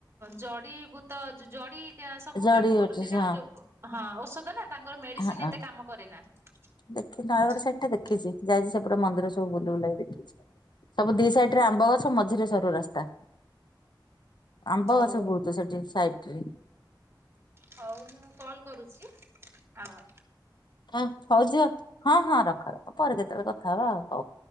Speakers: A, on the right; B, on the left.
A: ଜଡିିବୂତ ଜଡି ସବୁ
B: ଜଡି
A: କାମ
B: ବୁଟି
A: କରନ୍ତି
B: ସେ
A: ନା ଏଇ ଯୋଉ ହଁ ଔଷଧ ନା ତାଙ୍କର ମେଡିସିନ
B: ହଁ ହଁ
A: ଏତେ କାମ କରେ ନା ତା
B: ଦେଖି ନୟାଗଡ ସାଇଡ ଟା ଦେଖିଛି ଯାଇଛି ସେପଟେ ମନ୍ଦିର ସବୁ ବୁଲିବୁଲା ଦେଖିଛି। ସବୁ ଦି ସାଇଡ ରେ ଆମ୍ବ ଗଛ ମଝିରେ ସରୁ ରାସ୍ତା ଆମ୍ବ
A: ହଉ।
B: ଗଛ ବହୁତୁ ସେଠି ସାଇଟିରେ
A: ହଉ ମୁଁ କଲ୍ କରୁଛି ହ।
B: ହଁ ହଉ ଯିବ ହଁ ହଁ ରଖ ରଖ ପରେ କେତେବେଳେ କଥା ହବା ଆଉ ହଉ।